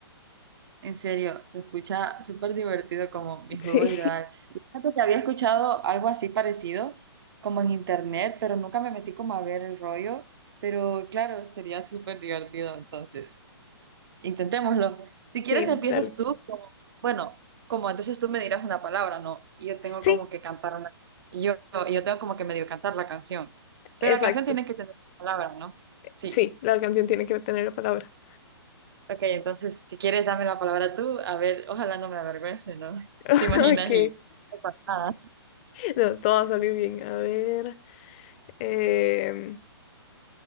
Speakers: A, on the right; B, on the left.
A: En serio, se escucha súper divertido como mi
B: Sí,
A: juego ideal. Fíjate que había escuchado algo así parecido, como en internet, pero nunca me metí como a ver el rollo. Pero claro, sería súper divertido, entonces, intentémoslo. Si quieres,
B: <laughs> sí,
A: empiezas
B: dale.
A: tú. como- bueno, como entonces tú me dirás una palabra, ¿no? Y yo tengo
B: Sí,
A: como que cantar una... Yo, yo tengo como que medio cantar la canción. Pero
B: exacto.
A: la canción tiene que tener palabras, ¿no? Sí.
B: Sí, la canción tiene que tener la palabra. <laughs>
A: Ok, entonces, si quieres, dame la palabra tú. A ver, ojalá no me avergüence, ¿no? <laughs>
B: Ok,
A: ¿Te imaginas? Y... no pasa nada.
B: <laughs> no, todo va a salir bien. A ver. em,